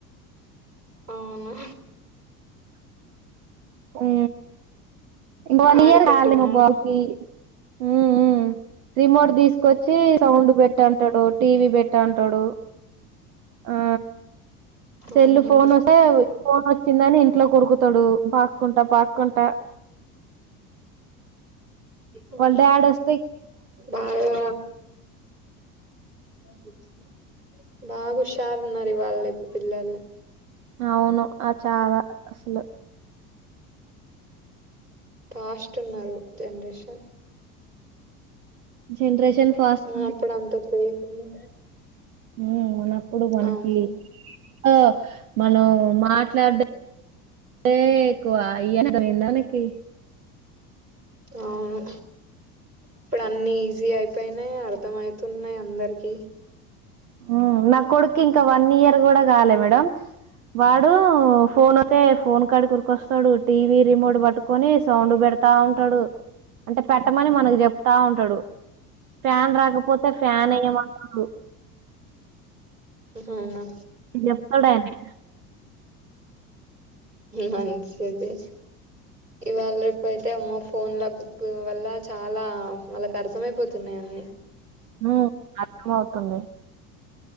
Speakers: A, on the right; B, on the right.
A: అవునా
B: ఊ వన్
A: ఆడుకుంటున్నాడా
B: ఇయర్ కాలే మా బాబు కి ఊ ఊ రిమోట్ తీసుకొచ్చి సౌండ్ పెట్టు అంటాడు టీవీ పెట్టా అంటాడు ఆ సెల్
A: అవును
B: ఫోన్ వస్తే ఫోన్ వచ్చిందని వే ఇంకా కొరుకుతాడు పాక్కుంటా పాక్కుంటా
A: ఊ
B: వాళ్ళ డాడీ వస్తే
A: బాగా ఏం తెచ్చిన బాగా హుషారు ఉన్నారు వాళ్ళు పిల్లలు
B: అవును ఆ చాలా అసలు
A: ఫాస్ట్ ఉన్నారు జనరేషన్
B: జనరేషన్ ఫాస్ట్
A: ఆ అప్పుడు అంత లేకుండే
B: ఊ ఉన్నప్పుడు వాళ్ళకి
A: అవును
B: ఆ మనం మాట్లాడుతే ఎక్కువ అర్థమైందా ఆయనకి
A: అవును ఇప్పుడు అన్ని ఈజీ ఐపోయినయ్ అర్థం అయితున్నాయి అందరికి
B: ఊ నా కొడుకు ఇంకా వన్ ఇయర్ కూడా కాలే మేడమ్ వాడు ఫోన్ వస్తే ఫోన్ కాడి కి ఊరికోస్తాడు డు టీవీ రిమోట్ పట్టు కొని సౌండ్ పెడతా ఉంటాడు అంటే పె ట్టమని మనకు చెప్తా ఉంటాడు ఫ్యాన్ రాకపోతే ఫ్యాన్ వేయమంటాడు
A: హ అవునా
B: చెప్తాడు ఆయనే
A: మంచిది ఇవాళ రేపు అయితే అమ్మ ఫోన్ ల బుక్ వల్ల చాలా వాళ్ళకు అర్థమయిపోతున్నాయి అన్నిీ
B: ఊ అర్ధం అవ్ తుంది